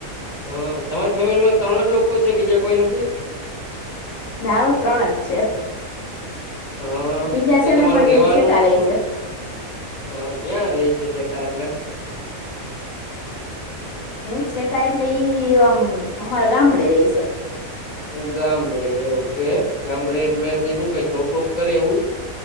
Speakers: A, on the left; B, on the left.
A: હા, તમારી ફેમિલીમાં ત્રણ જ લોકો છે? બીજા કોઈ નથી.
B: ના, ત્રણ જ છે.
A: હ,
B: બીજા
A: તો
B: છે
A: તમારું
B: ને પણ
A: રેવાનું
B: ઈ છેટા રે છે.
A: હ, કયાં રેઈ છે. છેટા એટલે
B: એમ છેટા એટલે ઈ આમ અમારા ગામડે રહે છે.
A: હ ગામડે ઓકે ગામડે એટલેને શું કઈ જોબ વોબ કરે એવું?